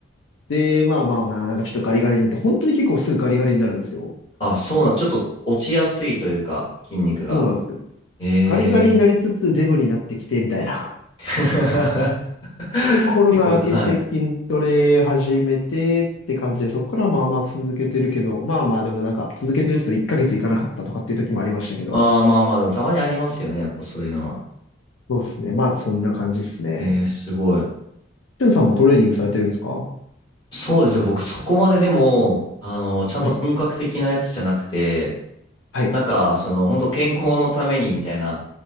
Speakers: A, on the left; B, on the left.
A: で、まあまあまあ、なんかちょっとガリガリになって、本当に結構すぐガリガリになるんですよ。
B: あ、そうなん、ちょっと落ちやすいというか、筋肉が。
A: そうなんですよね。
B: ええ
A: ガリガリになりつつデブになってきて、みたいな。
B: ー。<laughs>
A: で、コロナ明けて筋トレ始めてって感じで、
B: 結構じゃ、はい。
A: そこからまあまあ続けてるけど、まあまあでもなんか続けてる人1ヶ月いかなかったとかっていう時もありましたけど、
B: ああ、まあまあ、でもたまにありますよね。やっぱそういうのは。
A: そうですね。まあそんな感じですね。
B: えー、すごい。
A: しゅんさんもトレーニングされてるんですかは
B: そうですね。僕、そこまででも、あの、ちゃんと本格的なやつじゃなくて、
A: い。はい。
B: なんか、その、本当健康のためにみたいな、